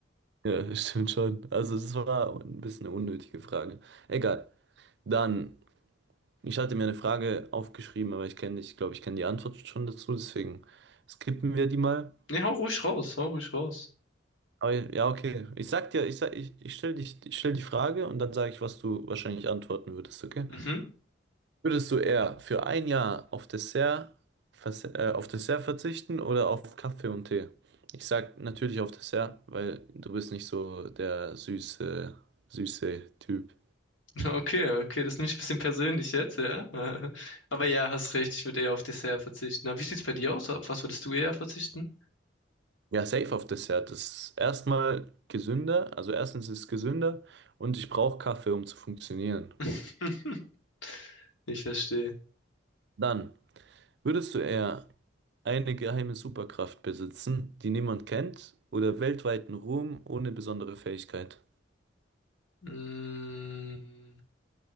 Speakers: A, on the right; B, on the left.
A: Ja, stimmt schon. Also es war ein bisschen eine unnötige Frage. Egal. Dann, ich hatte mir eine Frage aufgeschrieben, aber ich kenne, ich glaube, ich kenne die Antwort schon dazu, deswegen skippen wir die mal.
B: Nee, hau ruhig raus, hau ruhig raus.
A: Aber ja, ja, okay. Ich sag dir, ich sag, ich, ich stell dich, ich stell die Frage und dann sage ich, was du wahrscheinlich antworten würdest, okay?
B: Mhm. <laughs>
A: Würdest du eher für ein Jahr auf Dessert, vers- äh, auf Dessert verzichten oder auf Kaffee und Tee? Ich sag natürlich auf Dessert, weil du bist nicht so der süße, süße Typ.
B: Okay, okay, das ist ich ein bisschen persönlich jetzt, ja. <laughs> Aber ja, hast recht, ich würde eher auf Dessert verzichten. Na, wie sieht's bei dir aus? Auf was würdest du eher verzichten?
A: Ja, safe auf Dessert. Das ist erstmal gesünder. Also erstens ist es gesünder und ich brauche Kaffee, um zu funktionieren.
B: <laughs> Ich verstehe.
A: Dann, würdest du eher eine geheime Superkraft besitzen, die niemand kennt, oder weltweiten Ruhm ohne besondere Fähigkeit?
B: Mm,